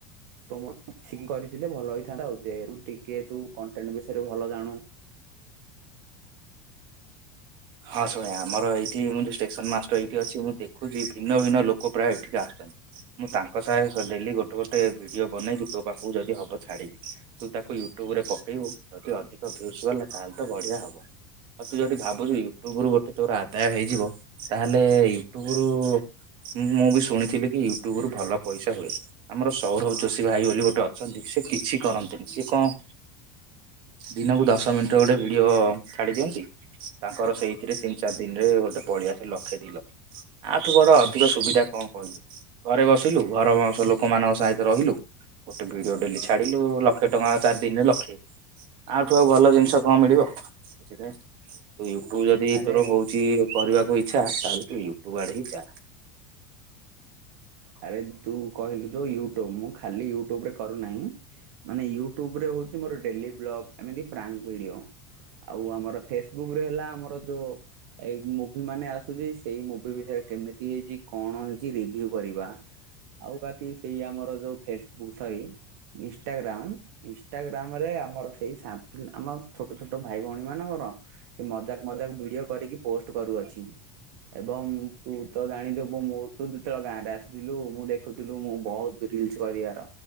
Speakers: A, on the right; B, on the right.
A: ତ ମିିକି କରିଥିଲେ ଭଲ ହେଇଥାନ୍ତା ଆଉୁ ଟିକେ ତୁ କଣ୍ଟେଣ୍ଟ ବିଷୟରେ ଭଲ ଜାଣୁ। <inaudible>
B: ହଁ ଶୁଣ ଆମର ଏଇଠି ମୁଁ ଷ୍ଟେସନ ମାଷ୍ଟର ଏଇଠି ଅଛି ମୁଁ ଦେଖୁଛି ଭିନ୍ନ ଭିନ୍ନ ଲୋକ ପ୍ରାୟ ଏଠିକି ଆସୁଛନ୍ତି। ମୁଁ ତାଙ୍କ ସାଏ ତ ଡେଲି ଗୋଟେ ଗୋଟେ ଭିଡ଼ିଓ ବନେଇକି ତୋ ପାଖକୁ ଯଦି ହବ ଛାଡ଼ିକି ତୁ ତାକୁ ୟୁଟ୍ୟୁବ ରେ ପକେଇବୁ। ଯଦି ଅଧିକ ଭିଉଁସ ଗଲା ତାହେଲେ ତ ବଢ଼ିଆ ହବ ଆଉ ତୁ ଯଦି ଭାବୁଛୁକି? ଟୁବୁରୁ ଗୋଟେ ତୋର ଆଦାୟ ହେଇଯିବ ତାହେଲେ ୟୁଟ୍ୟୁବୁରୁ ମୁଁ ମୁଁ ବି ଶୁଣିଥିଲି କି ୟୁଟ୍ୟୁବୁରୁ ଭଲ ପଇସା ହୁଏ। ଆମର ସୌରଭ ଯୋଷୀ ଭାଇ ବୋଲି ଗୋଟେ ଅଛନ୍ତି ସେ କିଛି କରନ୍ତିନି ସିଏ କଣ
A: <inaudible>
B: ଦିନକୁ ଦଶ ମିନିଟର ଗୋଟେ ଭିଡିଓ ଛାଡି ଦିଅନ୍ତି ତାଙ୍କର ସେଇଥିରେ ତିନି ଚାରି ଦିନରେ ଗୋଟେ ପଳି ଆସେ ଲକ୍ଷେ ଦି ଲକ୍ଷେ ଆଠୁ ବଡ ଅଧିକ ସୁବିଧା କଣ କହିଲୁ? ଘରେ ବସିଲୁ ଘର ବଉଁଶ ଲୋକମାନଙ୍କ ସାଙ୍ଗେରେ ତୁ ରହିଲୁ। ଗୋଟେ ଭିଡିଓ ଡେଲି ଛାଡ଼ିଲୁ ଲକ୍ଷେ ଟଙ୍କା ଚାରି ଦିନରେ ଲକ୍ଷେ। ଆ ଠୁ ଆଉ ଭଲ ଜିନିଷ କଣ ମିଳିବ ୟୁଟ୍ୟୁବ ଯଦି କି
A: ଆରେ
B: ତୋର ହଉଚି କରିବାକୁ ଇଚ୍ଛା ତାହେଲେ ତୁ ୟୁଟ୍ୟୁବ ଆଡେ ହିଁ ଯା।
A: ଆରେ ତୁ କହିଲୁ ଯୋଉ ୟୁଟ୍ୟୁବୁ ମୁଁ ଖାଲି ୟୁଟ୍ୟୁବୁରେ କରୁନାହିଁ। ମାନେ ୟୁଟ୍ୟୁବରେ ହଉଚି ମୋର ଡେଲି ବ୍ଲଗ୍ ଏମିତି ପ୍ରାଙ୍କ ଭିଡିଓ। ଆଉ ଆମର ଫେସବୁକରେ ହେଲା ଆମର ଯୋଉ ଏଇ ମୁ ମାନେ ଆସୁଚି ସେଇ ମୁଭି ବିଷୟରେ କେମିତି ହେଇଚି କଣ ହେଇଚି ରି ଭ୍ୟୁ କରିବା ଆଉ ବାକି ସେଇ ଆମର ଯୋଉ ଫେସବୁକ୍ ଥାଇ ଇଷ୍ଟାଗ୍ରାମ ଇସ୍ ଇନିଷ୍ଟାଗ୍ରାମ ରେ ଆମର ସେଇ ସା ଆମ ଛୋଟ ଛୋଟ ଭାଇ ଭଉଣୀମାନଙ୍କର ମଜାକା ମଜାକା ଭିଡିଓ କରିକି ପୋଷ୍ଟ କରୁଅଛି। ଏବଂ ତୁ ତ ଜାଣିଥବୁ ମୁଁ ତୁ ତ ଗାଁରେ ଆସିଥିଲୁ ମୁଁ ଦେଖୁଥିଲୁ ମୁଁ ବୋହୁତ ରିଲସ କରିବାର।